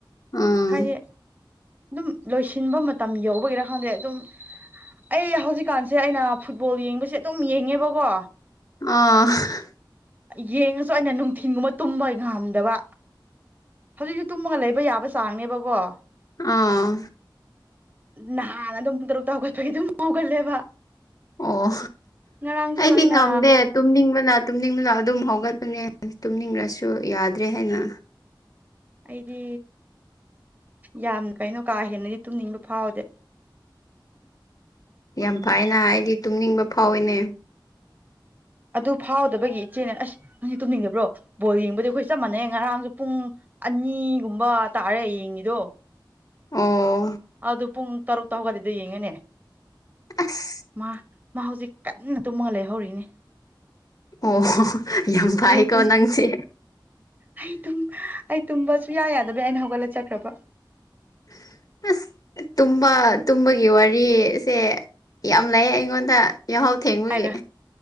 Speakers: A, on the left; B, on the right.
A: ꯎꯝ
B: ꯍꯥꯏꯗꯤ꯫ ꯑꯗꯨꯝ ꯂꯣꯏꯁꯤꯟꯕ ꯃꯇꯝ ꯌꯧꯕꯒꯤꯔꯥ ꯈꯪꯗꯦ ꯑꯗꯨꯝ꯫ ꯑꯩ ꯍꯧꯖꯤꯛꯀꯥꯟꯁꯦ ꯑꯩꯅ ꯐꯨꯠꯕꯣꯜ ꯌꯦꯡꯕꯁꯦ ꯑꯗꯨꯝ ꯌꯦꯡꯉꯦꯕꯀꯣ꯫
A: <inaudible>
B: ꯌꯦꯡꯉꯁꯨ ꯑꯩꯅ ꯅꯨꯡꯊꯤꯟꯒꯨꯝꯕ ꯇꯨꯝꯕ ꯉꯥꯝꯗꯕ꯫ ꯍꯧꯖꯤꯛꯁꯨ ꯇꯨꯝꯃꯒ ꯂꯩꯕ ꯌꯥꯕ ꯆꯥꯡꯅꯦꯕꯀꯣ꯫
A: ꯑꯥ
B: ꯅꯍꯥꯟꯅ ꯑꯗꯨꯝ ꯄꯨꯡ ꯇꯔꯨꯛꯇ ꯍꯧꯒꯠꯄꯒꯤ ꯑꯗꯨꯝ ꯍꯧꯒꯠꯂꯦꯕ꯫
A: ꯑꯣ
B: ꯉꯔꯥꯡꯁꯨ
A: ꯑꯩꯗꯤ
B: ꯑꯩꯅ
A: ꯉꯝꯗꯦ ꯇꯨꯝꯅꯤꯡꯕꯅꯥ꯫ ꯇꯨꯝꯅꯤꯡꯂꯥ ꯑꯗꯨꯝ ꯍꯧꯒꯠꯄꯅꯦ ꯇꯨꯝꯅꯤꯡꯂꯁꯨ ꯌꯥꯗ꯭ꯔꯦ ꯍꯥꯏꯅ꯫
B: ꯑꯩꯗꯤ ꯌꯥꯝ ꯀꯩꯅꯣ ꯀꯥ ꯍꯦꯟꯅꯗꯤ ꯇꯨꯝꯅꯤꯡꯕ ꯐꯥꯎꯗꯦ꯫
A: ꯌꯥꯝ ꯐꯥꯏꯅ ꯑꯩꯗꯤ ꯇꯨꯝꯅꯤꯡꯕ ꯐꯥꯎꯋꯤꯅꯦ꯫
B: ꯑꯗꯨ ꯐꯥꯎꯗꯕꯒꯤ ꯏꯆꯦꯅꯥ ꯑꯁ ꯅꯪꯗꯤ ꯇꯨꯝꯅꯤꯡꯗꯕꯣ ꯕꯣꯜ ꯌꯦꯡꯕꯁꯦ ꯑꯩꯈꯣꯏ ꯆꯥꯞꯃꯟꯅꯩ ꯌꯦ꯫ ꯉꯔꯥꯡꯁꯨ ꯄꯨꯡ ꯑꯅꯤꯒꯨꯝꯕ ꯇꯥꯔꯦ ꯌꯦꯡꯉꯤꯗꯣ꯫
A: ꯑꯣ
B: ꯑꯗꯨ ꯄꯨꯡ ꯇꯔꯨꯛꯇꯥ ꯍꯧꯎꯒꯥꯠꯂꯥꯗꯤ ꯌꯦꯡꯉꯦꯅꯦ
A: ꯑꯁ
B: ꯃꯥ ꯃꯥ ꯍꯧꯖꯤꯛ ꯀꯟꯅ꯫ ꯇꯨꯝꯃꯒꯥ ꯂꯩꯍꯧꯔꯤꯅꯦ꯫
A: ꯑꯣꯣ ꯌꯥꯝ ꯐꯩꯀꯣ
B: ꯑꯩ ꯇꯨꯝ
A: ꯅꯪꯁꯦ꯫
B: ꯑꯩ ꯇꯨꯝ ꯑꯩ ꯇꯨꯝꯕ ꯁꯨꯌꯥ ꯌꯥꯗꯕ ꯑꯩꯅ ꯍꯧꯒꯠꯂꯥ ꯆꯠꯈ꯭ꯔꯕ꯫
A: <inaudible> ꯇꯨꯝꯕ ꯇꯨꯝꯕꯒꯤ ꯋꯥꯔꯤꯁꯦ ꯌꯥꯝ ꯂꯩ ꯑꯩꯉꯣꯟꯗ꯫ ꯌꯥꯍꯧ ꯊꯦꯡꯕꯥꯒꯤ꯫
B: ꯍꯥꯏꯔ